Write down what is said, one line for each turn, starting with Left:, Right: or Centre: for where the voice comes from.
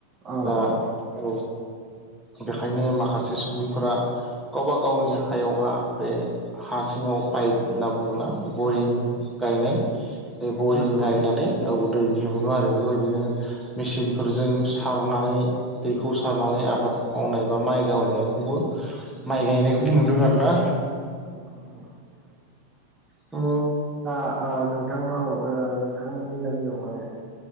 Right: औ
Centre: दा
Right: औ
Centre: औ बेखायनो माखासे सुबुंफोरा गावबा गावनि हायावहा, बे हा सिङाव पाइप होनना बुङोना बरिं गायनाय, बे बरिं
Right: नंगौ
Centre: गायनानै
Right: नोंथां
Centre: औ दै दिहुनो आरो बेबायदिनो मेसिनफोरजों सारनानै दैखौ सारनानै आबाद मावनाय बा माइ गावनायखौबो माइ गायनायखौबो नुदों आरो ना?
Right: नोंगौ नोंगौ
Centre: अ
Right: दा ओ नोंथांनाव ओ नोंथांमोननि गामियावहाय,